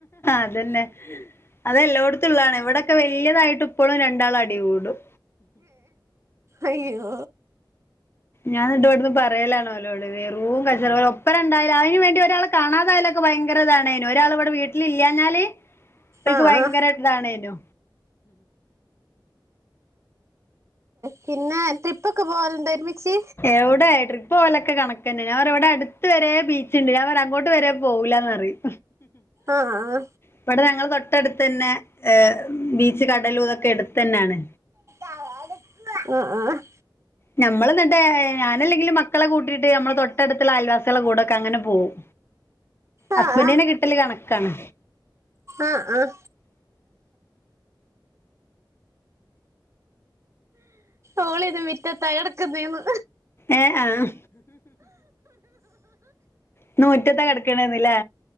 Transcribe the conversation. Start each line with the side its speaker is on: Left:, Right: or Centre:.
Left: അതന്നെ അതെല്ലോടത്തുള്ളാണ് ഇവിടൊക്കെ വല്ല്യതായിട്ടും ഇപ്പളും രണ്ടാളും അടി കൂടും
Right: അയ്യോ
Left: ഞാൻ ഇന്നിട്ട് ഇവിടുന്ന് പറയലാണോലോട് റൂം കച്ചറ ഒപ്പരണ്ടായാലും അയിന് വേണ്ടി ഒരാള് കാണാതായാലൊക്കെ ഭയങ്കരതാണ്ന് ഒരാള് ഇവിടെ വീട്ടി ല്ലില്ലാഞാല് ഓൽക്ക്
Right: ആഹ്
Left: ഭയങ്കര ഇതാണേനു
Right: പിന്ന ട്രിപ്പ് ഒക്കെ പോവലുണ്ടോ ഒരുമിച്ച്
Left: എവടെ ട്രിപ്പ് പോവലൊക്കെ കണക്കന്നെ ഞാൻ പറയും ഇവിടെ അടുത്ത് വരെ ബീച്ച് ഇണ്ട് ഞാൻ പറയും അങ്ങോട്ട് വരെ പോവുല്ലാന്ന് പറയും
Right: ആഹ്
Left: ഇവടെ ഞങ്ങളെ തൊട്ടടുത്തന്നെ ഏ ബീച്ച് കടലും ഇതൊക്കെ എടുത്തെന്നേണ്
Right: ആഹ് ആഹ്
Left: ഞമ്മള് ന്നിട്ട് ഞാനെല്ലെങ്കിലും മക്കളെ കൂട്ടിയിട്ട് നമ്മളെ തൊട്ടടുത്തുള്ള അയൽവാസികളെ കൂടൊക്കെ അങ്ങനെ പോവും
Right: ആഹ്
Left: ഹസ്ബന്റിനെ
Right: ആഹ്
Left: കിട്ടല് കണക്കാണ്
Right: ആഹ് ആഹ് ഓളിന്ന് മിറ്റത്താ കിടക്കുന്നേന്ന്
Left: ഏഹ് ആഹ് ഇന്ന് മുറ്റത്താ കിടക്കണന്ന്ലേ